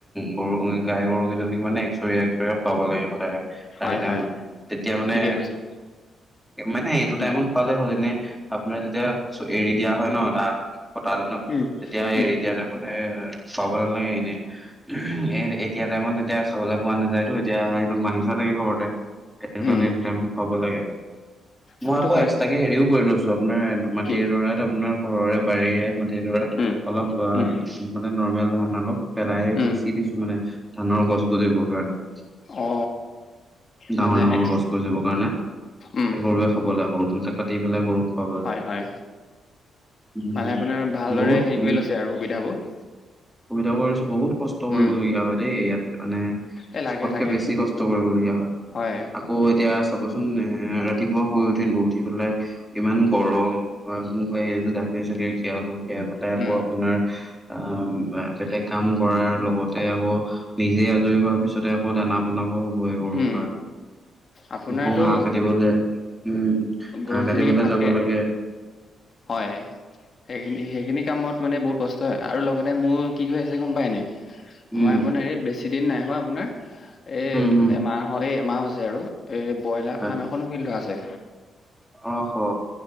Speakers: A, in the centre; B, on the left.
A: গৰু গাই গৰুকেইজনীক মানে একচৰীয়া-একচৰীয়া খুৱাব লাগে সদায়।
B: হয়
A: তাৰে টাইমত
B: হয়
A: তেতিয়া মানে
B: ঠিকে কৈছে
A: মানে এইটো টাইমত
B: উম
A: খোৱালে হ'ল, এনে আপোনাৰ যেতিয়া এৰি দিয়া হয় ন ধান কটা দিনত
B: উম
A: তেতিয়া এৰি
B: উম
A: দিয়া টাইমত। এ খুৱাব নালাগে এনে। এ, এতিয়া টাইমত এতিয়া খাবলে পোৱা নাযায় তো এতিয়া সিহতক বান্ধি থোৱা থাকে ঘৰতে। নটামান
B: উম
A: খুৱাব লাগে।
B: অ
A: মই
B: সেইটো
A: আকৌ
B: হয়
A: এক্সট্ৰাকে হেৰিও কৰি লৈছো আপোনাৰ। মাটিডৰাত
B: কি
A: আপোনাৰ ঘৰৰে বাৰীৰে মাটিডৰাত
B: উম
A: অলপ বা
B: উম
A: মানে নৰ্মেল ধান অলপ পেলাই
B: উম
A: সিঁচি দিছো মানে ধানৰ গছ গজিবৰ কাৰণে।
B: অ
A: ডাঙৰ-ডাঙৰ
B: মানে এক্স
A: গছ-গজিবৰ কাৰণে
B: উম
A: এক খাব লাগ সৰুটা কাটি পেলাই গৰুক খুৱাব।
B: হয় হয়
A: উম
B: মানে আপোনাৰ ভালদৰে
A: বহুত
B: হেৰি
A: উম
B: কৰি লৈছে আৰু সুবিধাবোৰ।
A: সুবিধা কৰিছ বহুত। কষ্ট কৰিবলগীয়া
B: উম
A: হয় দেই ইয়াত মানে
B: এই লাগে
A: জোখত
B: লাগে
A: কে বেছি কষ্ট কৰিবলগীয়া হয়।
B: হয়।
A: আকৌ এতিয়া চাবচোন এ ৰাতিপুৱা শুই উঠিলো উঠি পেলাই ইমান গৰম ম এই গাখীৰ চাখৰি খিয়ালো। খিয়াই পেলাই আকৌ
B: উম,
A: আপোনাৰ আহ বেলেগ কাম কৰাৰ লগতে আকৌ নিজে আজৰি হোৱাৰ পিছতে আকৌ দানা বনাব। বয়ে গৰু
B: উম,
A: কাণ
B: আপোনাৰতো
A: গৰু ঘাহ কাটিবলে। উম, ঘাঁহ
B: গৰুখিনিকে
A: কাটিবলে
B: ভালকে
A: যাব লাগে।
B: হয়। সেইখিনি সেইখিনি কামত মানে বহুত কষ্ট হয় আৰু লগতে মোৰ কি হৈ আছে গম পায় নাই?
A: উম
B: মই আপোনাৰ এই বেছি দিন নাই হোৱা আপোনাৰ এই
A: উম উম
B: অহ এই এমাহ হৈছে আৰু এই ব্ৰইলাৰ
A: হয়
B: ফাৰ্ম এখনো খুলি থোৱা আছে।
A: অ হ,